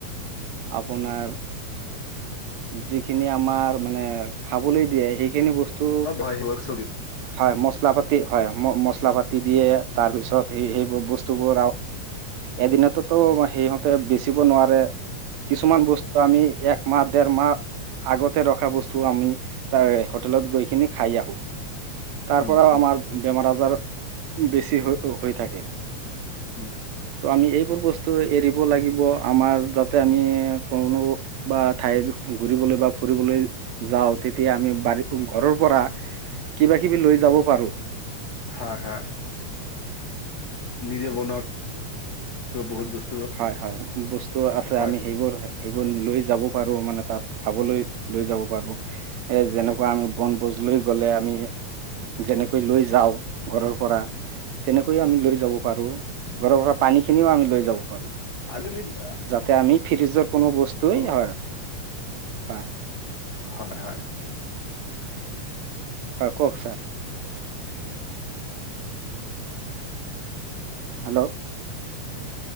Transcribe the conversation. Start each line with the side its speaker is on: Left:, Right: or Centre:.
Right: আপোনাৰ যিখিনি আমাৰ মানে খাবলৈ দিয়ে সেইখিনি বস্তু
Left: সব হয় সেইবোৰ ছবিত
Right: হয় মচ হয় মছলা পাই দিয়ে তাৰ পাছত সেইবোৰ বস্তুবোৰ এ সিহঁতে বেচিব নোৱাৰে কিছুমান বস্তু আমি এক <unintelligible> তোমাৰ আগতে ৰখা বস্তু আমি তাৰ হোটেলত গৈখিনি খাই আহোঁ <unintelligible> তাৰ
Left: হুম,
Right: পৰাও
Left: হুম,
Right: আমাৰ বেমাৰ আজাৰ বেছি হৈ হৈ থাকে
Left: উম
Right: তো আমি এইবোৰ বস্তু এৰিব লাগিব আমাৰ যাতে আমি কোনো বা ঠাইত ঘুৰিবলৈ বা ফুৰিবলৈ যাওঁ তেতিয়া আমি বাৰী ঘৰৰ পৰা কিবা কিবি লৈ যাব পাৰো
Left: হয় হয় নিজে বনোৱা বহুত বস্তু
Right: হয় হয় বস্তু আছে
Left: হয়
Right: আমি সেইবোৰ সেইবোৰ লৈ যাব পাৰো মানে তাত খাবলৈ লৈ যাব পাৰো এ যেনেকুৱা আমি বন বস্তু লৈ গ'লে আমি যেনেকৈ লৈ যাওঁ ঘৰৰ পৰা তেনেকৈয়ে আমি লৈ যাব পাৰো ঘৰৰ পৰা পানী খিনিও আমি লৈ যাব পাৰো
Left: আগলি <unintelligible>
Right: যাতে আমি ফ্ৰিজৰ কোনো বস্তুৱে
Left: অ,
Right: হয় হয়
Left: হয় হয়
Right: হয় কওক ছাৰ হেল্ল'